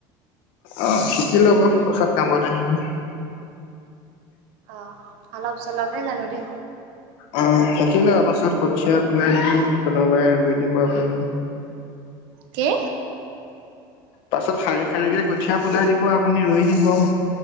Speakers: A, on the left; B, on the right.
A: অ শিকি ল'ব পাছত কামত আহিব।
B: অহ, অলপ - চলপহে জানো দেই।
A: অহ, শিকি ল'ব পাছত কঠিয়া বলাই দিব কোনোবাই ৰুই দিব আপুনি।
B: কি?
A: পাছত শাৰী - শাৰীকে কঠিয়া বলাই দিব আপুনি ৰুই দিব।